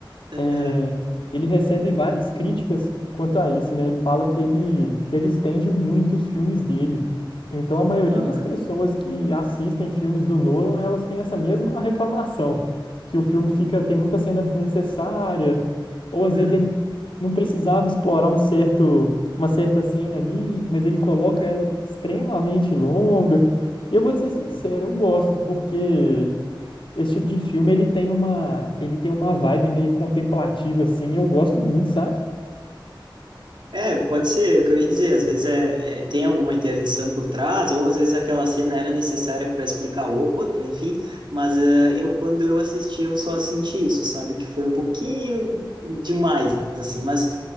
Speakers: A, on the left; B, on the right.
A: é,
B: Aham.
A: ele recebe várias críticas quanto a isso, né? Ele fala que ele, que ele estende muito os filmes dele. Então, a maioria
B: Ah,
A: das pessoas que assistem filmes do Nolan, elas têm essa mesma reclamação, <laughs> que o filme fica, tem muita cena desnecessária, ou às vezes
B: ah,
A: ele não precisava explorar um certo, uma certa cena ali, mas ele coloca ela extremamente longa. E eu vou te ser sincero,
B: ah.
A: eu gosto, porque esse tipo de filme, ele tem uma, ele tem uma vibe meio contemplativa, assim, e eu gosto muito, sabe?
B: É, pode ser, é o que eu ia dizer, às vezes é, é- tem alguma intervenção por trás, ou às vezes aquela cena era necessária para explicar o- outra, enfim, mas eh, eu, quando eu assisti, eu só senti isso, sabe, que foi um pouquinho demais, assim, mas